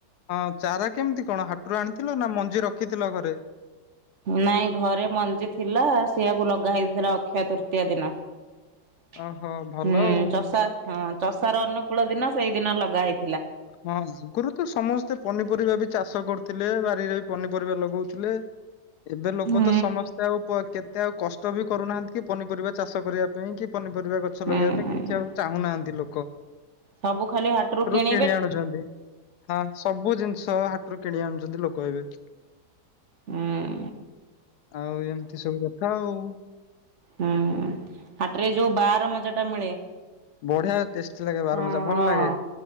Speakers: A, on the left; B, on the right.
A: ହଁ ଚାରା କେମିତି କଣ ହାଟରୁ ଆଣିଥିଲ ନା ମଞ୍ଜି ରଖିଥିଲ ଘରେ?
B: ନାଇଁ ଘରେ ମଞ୍ଜି ଥିଲା ସେଇଆକୁ ଲଗା ହେଇଥିଲା ଅକ୍ଷୟ ତୃତୀୟା ଦିନ। <inaudible>
A: ଓହୋ ଭଲ
B: ହୁଁ
A: ଆଉ
B: ଚଷା ହଁ ଚଷାର ଅନୁକୂଳ ଦିନ ସେଇଦିନ ଲଗା ହେଇ
A: ହଁ ଆଗରୁ ତ ସମସ୍ତେ ପନି ପରିବା ବି ଚାଷ କରିଥିଲେ ବାରିରେ ବି ପନିପରିବା ଲଗଉଥିଲେ। ଏବେ ଲୋକ
B: ହୁଁ
A: ତ ସମସ୍ତେ ଆଉ କେତେ ଆଉ କଷ୍ଟ ବି କରୁନାହାନ୍ତି କି ପନିପରିବା ଚାଷ କରିବା ପାଇଁ କି ପନିପରିବା ଗଛ
B: ହୁଁ
A: ଲଗେଇବା ପାଇଁ କିଛି ଆଉ ଚାହୁଁନାହାନ୍ତି ଲୋକ।
B: ସବୁ ଖାଲି ହାଟରୁ କିଣି
A: କିଣି ଆଣୁଛନ୍ତି। ହଁ ସବୁ ଜିନିଷ ହାଟୁରୁ କିଣି ଆଣୁଛନ୍ତି ଲୋକ ଏବେ। <inaudible>
B: ହୁଁ
A: ଆଉ ଏମତି ସବୁ କଥା ଆଉ
B: ହୁଁ ହାଟରେ ଯୋଉ ବାହାର ମଜା ଟା ମିଳେ।
A: ବଢିଆ ଟେଷ୍ଟି ଲାଗେ ବାରମଜା
B: ହଁ
A: ଭଲ
B: ହଁ
A: ଲାଗେ